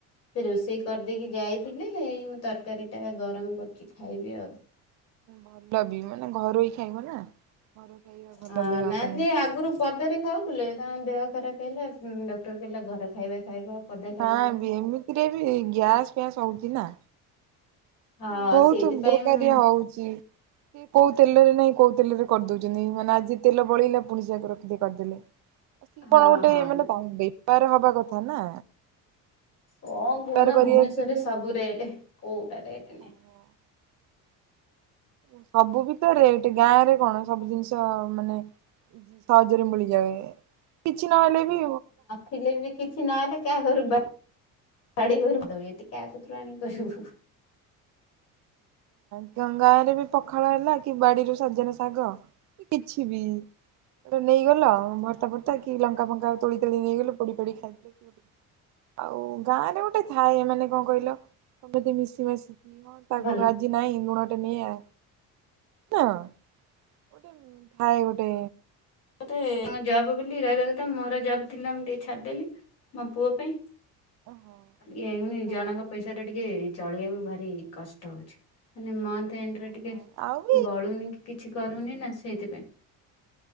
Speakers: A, on the left; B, on the right.
A: ସେ ରୋଷେଇ କରିଦେଇକି ଯାଇ ଥିଲେ ଏଇ ମୁଁ ତରକାରୀଟା ଗରମ୍ କରୁଛି ଖାଇବି ଆଉ।
B: ହଁ ଭଲ ବି ମାନେ ଘରୋଇ ଖାଇବ ନା ଘର ଖାଇବା ଭଲ
A: ହଁ
B: ଦେହ
A: ନା
B: ପାଇଁ।
A: ଟିକେ ଆଗରୁ ପଦାରେ ଖାଉଥିଲେ ତାଙ୍କ ଦେହ ଖରାପ୍ ହେଲା, ଡକ୍ଟର କହିଲେ ଘରେ ଖାଇବା ଖାଇବ। ପଦା ଖାଇବା
B: ନା
A: ଖାଇବନି।
B: ଏମିତିରେ ବି ଗ୍ୟାସ୍ ଫ୍ୟାସ୍ ହଉଛି ନା।
A: ହଁ
B: ବୋହୁତ୍
A: ସେଇଥିପାଇଁ
B: ଦ୍ରୁକାରିଆ
A: ମୁଁ-
B: ହୋଉଚି। ସେ କୋଉ ତେଲରେ ନାଇଁ କୋଉ ତେଲରେ କରିଦଉଛନ୍ତି, ମାନେ ଆଜି ତେଲ ବଳେଇଲା ପୁଣି ସୋଇଆକୁ ରଖି କରିଦେଲେ।
A: ହଁ
B: କଣ ଗୋଟେ
A: ହଁ
B: ମାନେ ତାଙ୍କ ବେପାର ହବା କଥା ନା।
A: କଣ
B: ବେପାର
A: କୁହନା
B: କରିବାର
A: ଭୁବନେଶ୍ଵରରେ
B: ଥିଲେ
A: ସବୁ ରେଟେ କୋଉଟା ରେଟ୍ ନାଇଁ।
B: ଓହୋ ସବୁ ବି ରେଟେ, ଗାଁ ରେ କଣ ସବୁ ଜିନିଷ ମାନେ ସହଜରେ ମିଳିଯାଏ। କିଛି ନହେଲେ ବି
A: ଥିଲେ ବି କିଛି ନହେଲେ କାହା ଘରୁ ବା ଗାଡ଼ି କର ତ ଏଠି କା କତୁରୁ ଆଣି କରିବୁ।
B: ନା ଗାଁ ରେ ବି ପଖାଳ ହେଲା କି ବାଡିରୁ ସଜନା ଶାଗ। କିଛି ବି। ଏଟା ନେଇଗଲ ଆଉ ଭର୍ତ୍ତା ଫର୍ତ୍ତା କି ଲଙ୍କା ଫଙ୍କା ତୋଳି ତାଳି ନେଇଗଲୁ ପୋଡି ପାଡି ଖାଇବୁ। ଆଉ ଗାଁ ରେ ଗୋଟେ ଥାଏ ମାନେ କଣ କହିଲ କେମିତି ମିଶି ମାସି କ ତାକୁ
A: ଭଲ।
B: ରାଜି ନାହିଁ, ଲୁଣଟେ ନେଈଆ ନା <unintelligible> ଥାଏ ଗୋଟେ।
A: ମତେ ଜବ୍ ବୋଲି ରହିବା କଥା ମୋର ଜବ୍ ଥିଲା, ମୁଁ ଟିକେ ଛାଡିଦେଲି। ମୋ ପୁଅ ପାଇଁ
B: ଓହୋ
A: ଇଏ ପୁଣି
B: ହଁ
A: ଜଣଙ୍କ ପାଇଁ। ପଇସା ଟା ଟିକେ ଚଳେଇବାକୁ ଭାରି କଷ୍ଟ ହୋଉଛି, ମାନେ ମନ୍ଥ ଏଣ୍ଡ୍ ରେ ଟିକେ
B: ହଁ ଆଉ ବି
A: ବଳୁନି କି କିଛି କରୁନି
B: ହୁଁ ହୁଁ
A: ନା ସେଇଥିପାଇଁ।